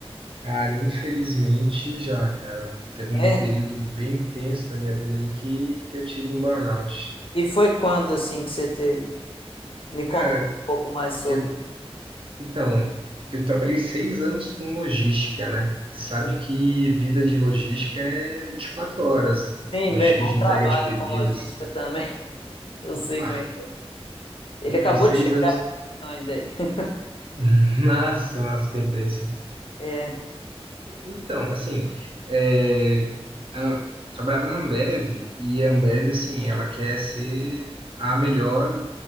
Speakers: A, on the right (about 55°); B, on the left (about 60°).
A: Cara, infelizmente já, cara. Teve
B: É?
A: um período bem tenso da minha vida ali que, que eu tive um burnout.
B: E foi quando, assim, que você teve? Me conta
A: Cara,
B: um pouco mais sobre.
A: eu, então, eu trabalhei seis anos com logística, né? Sabe
B: Sim.
A: que vida de logística é 24 horas.
B: Sim,
A: Logística
B: meu irmão
A: de
B: trabalha
A: entrega de bebidas.
B: com logística também. <laughs> Eu sei
A: Ah,
B: como é que é. Ele
A: eu fiquei
B: acabou
A: seis
B: de chegar
A: anos.
B: aqui, pra você ter uma ideia. <laughs>
A: <laughs> Nossa, nossa, coincidência.
B: É,
A: Então, assim, é, a- trabalhava na Ambev e a Ambev, assim, ela quer ser a melhor